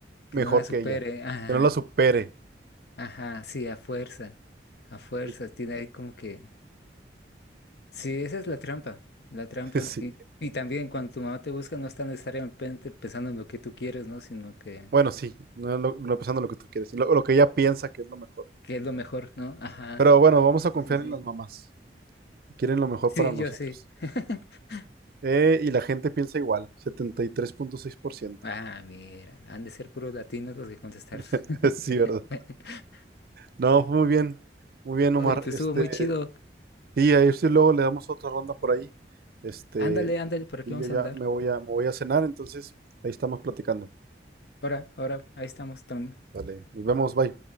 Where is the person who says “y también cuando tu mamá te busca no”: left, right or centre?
Left